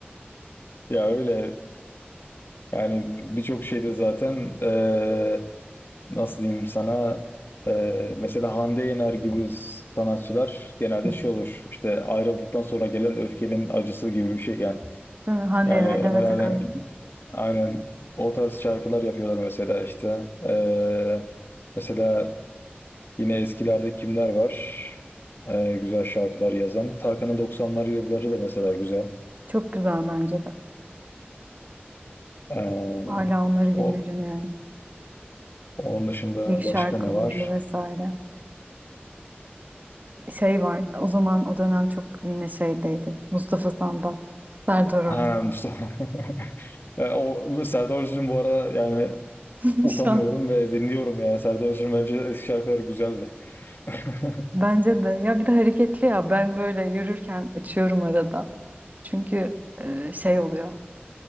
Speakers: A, on the left; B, on the right.
A: ya öyle Yani birçok şeyde zaten eee, nasıl diyeyim sana eee, mesela Hande Yener gibi sanatçılar genelde
B: Hı.
A: şey olur işte ayrıldıktan sonra gelen öfkenin acısı gibi bir şey yani.
B: Değil mi? Hande
A: Yani
B: Yener, Demet
A: herhalde
B: Akan.
A: aynen o tarz şarkılar yapıyorlar mesela işte. Eee, mesela yine eskilerde kimler var? Eee, güzel şarkılar yazan. Tarkan'ın 90'lar yılları da mesela güzel.
B: Çok güzel bence de.
A: Eee,
B: Hala onları
A: o,
B: dinlerim yani.
A: onun dışında
B: İlk şarkıları
A: başka ne var?
B: vesaire. Şey var o zaman o dönem çok yine şeydeydi. Mustafa Sandal, Serdar Ortaç.
A: Ha, Mustafa. <laughs> Yani o Serdar Özcan'ın bu ara yani
B: <laughs>
A: utanmıyorum
B: Şu an
A: ve dinliyorum yani. Serdar Özcan bence eski şarkıları güzeldi. <laughs>
B: bence de ya bir de hareketli ya ben böyle yürürken açıyorum arada. Çünkü e, şey oluyor.